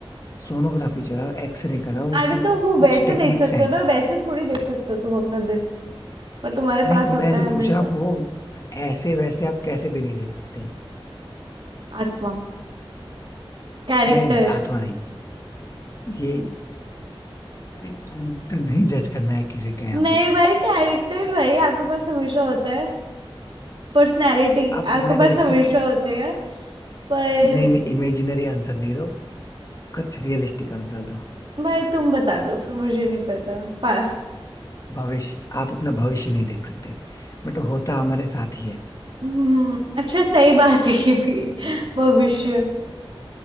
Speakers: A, on the left; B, on the right.
A: सोनोग्राफी चलाओ एक्सरे कराओ उसके
B: अरे तो वो
A: कुछ
B: वैसे
A: टेक्निक्स
B: देख सकते
A: हैं
B: हो ना वैसे थोड़ी देख सकते हो तुम अपना दिल पर तुम्हारे
A: नहीं
B: पास
A: तो मैं
B: होता
A: जो
B: है हमेशा
A: पूछ रहा हूँ वो ऐसे वैसे आप कैसे भी नहीं देख सकते
B: आत्मा कैरेक्टर
A: नहीं नहीं आत्मा नहीं ये कैरेक्टर नहीं जज करना है किसी का यहाँ
B: नहीं
A: पे
B: भाई कैरेक्टर भाई आपके पास हमेशा होता है पर्सनैलिटी
A: आप अपना
B: आपके पास
A: कैरेक्टर
B: हमेशा होते हैं पर
A: नहीं नहीं इमेजिनरी आंसर नहीं दो कुछ रियलिस्टिक आंसर दो
B: भाई तुम बता दो फिर मुझे नहीं पता पास
A: भविष्य आप अपना भविष्य नहीं देख सकते बट होता हमारे साथ ही है
B: हम्म अच्छा सही बात है ये भी भविष्य